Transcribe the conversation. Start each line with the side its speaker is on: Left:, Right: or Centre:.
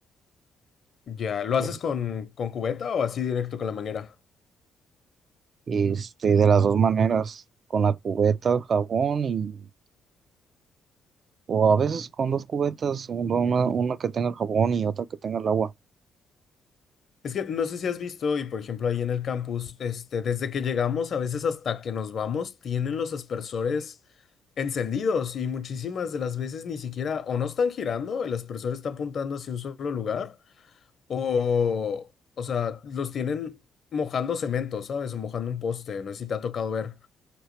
Left: ya. ¿Lo haces
Right: eh,
Left: con, con cubeta o así directo con la manguera?
Right: este, de las dos maneras, con la cubeta, el jabón y, o a veces con dos cubetas, una, una una que tenga el jabón y otra que tenga el agua.
Left: Es que no sé si has visto, y por ejemplo ahí en el campus, este, desde que llegamos, a veces hasta que nos vamos, tienen los aspersores encendidos y muchísimas de las veces ni siquiera o no están girando, el aspersor está apuntando hacia un solo lugar O, o sea, los tienen mojando cemento, ¿sabes? O mojando un poste, no sé si te ha tocado ver.